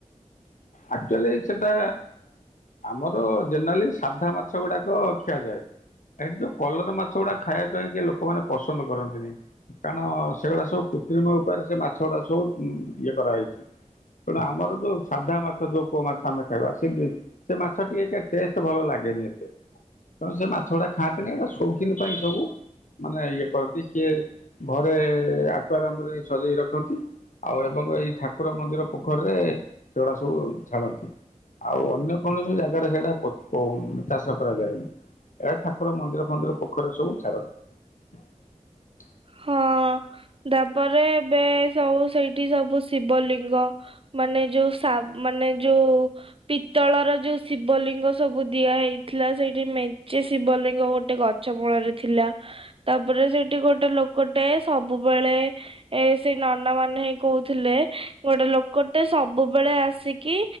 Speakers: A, on the left; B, on the right.
A: ଆକ୍ ଚୁଆଲି ସେଟା ଆମର ଜେନେରାଲି ସାଧା ମାଛ ଗୁଡାକ ଖିଆଯାଏ। ଏଠି ଯୋଉ କଲର ମାଛ ଗୁଡ଼ା ଖାଇବା ପାଇଁ କି ଲୋକମାନେ ପସନ୍ଦ କରନ୍ତିନି। କାରଣ ସେଗୁଡ଼ା ସବୁ କୃତ୍ରିମ ଉପାୟରେ ସେ ମାଛ ଗୁଡ଼ା ସବୁ ଇଏ କରାହେଇଚି, ତେଣୁ ଆମର ତ ସାଧା ମାଛ ମା ଯୋଉ କୂଅ ମାଛ ଆମେ ଖାଇବା ସେ ମାଛ ଟିକେ ଟେଷ୍ଟ ଭଲ ଲାଗେନି ଏତେ, ତେଣୁ ସେ ମାଛ ଗୁଡା ଖାଆନ୍ତିନି । ସୋଖିନ ପାଇଁ ସବୁ ମାନେ ଇଏ କରନ୍ତି କିଏ ଘରେ ଆକୁଆରାମରେ ସଜେଇ ରଖନ୍ତି ଆଉ ଏବଂ ଏଇ ଠାକୁର ମନ୍ଦିର ପୋଖରୀରେ ସେଗୁଡା ସବୁ ଛାଡନ୍ତି ଆଉ ଅନ୍ୟ କୌଣସି ଜାଗାରେ ସେଟା କଉ ଚାଷ କରାଯାଏନି, ଏଇଟା ଠାକୁର ମନ୍ଦିର ଫନ୍ଦିର ପୋଖରୀ ସବୁ ଛାଡନ୍ତି।
B: ହଁ ତାପରେ ଏବେ ସବୁ ସେଇଠି ସବୁ ଶିବଲିଙ୍ଗ ମାନେ ଯୋଉ ମାନେ ସ ଯୋଉ ପିତଳର ଯୋଉ ଶିବଲିଙ୍ଗ ସବୁ ଦିଆ ହେଇଥିଲା ସେଇଠି ମେଞ୍ଚେ ଶିବଲିଙ୍ଗ ଗୋଟେ ଗଛ ମୂଳରେ ଥିଲା ତାପରେ ସେଇଠି ଗୋଟ ଗୋଟେ ଲୋକଟେ ସବୁବେଳେ ଏ ସେଇ ନନା ମାନେ ହଇ କହୁଥିଲେ, ଗୋଟେ ଲୋକଟେ ସବୁବେଳେ ଆସିକି